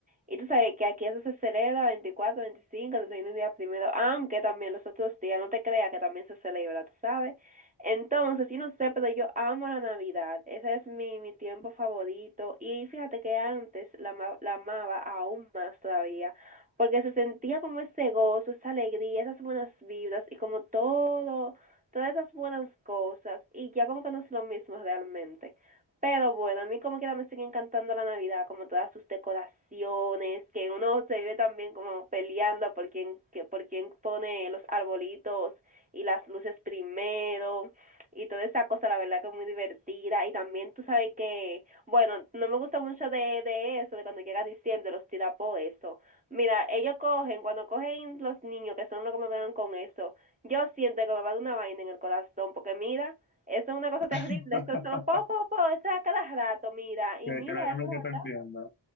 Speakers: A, on the right; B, on the left.
A: Y tú sabes que aquí eso se celebra veinticuatro veinticinco treinta y uno días primero, aunque también los otros días, no te creas que también se celebra, tú sabes. Entonces, sí, no sé, pero yo amo la Navidad. Ese es mi, mi tiempo favorito. Y fíjate que antes la, ama- la amaba aún más todavía, porque se sentía como ese gozo, esa alegría, esas buenas vibras y como todo, todas esas buenas cosas. Y ya como que no es lo mismo realmente. Pero bueno, a mí como quiera me sigue encantando la Navidad, como todas sus decoraciones, que uno se vive también como peleando por quién, que, por quién pone los arbolitos y las luces primero y toda esa cosa, la verdad que es muy divertida. Y también tú sabes que, bueno, no me gusta mucho de, de eso, de cuando llega diciembre, los tirapos, eso. Mira, ellos cogen, cuando cogen los niños, que son los que me vean con eso, yo siento que me va a dar una vaina en el corazón, porque mira, eso es una cosa terrible.
B: <laughs>
A: Eso son po, po, po, eso es a cada rato, mira. Y
B: Que
A: mira,
B: créeme
A: eso es
B: que
A: verdad.
B: te entiendo.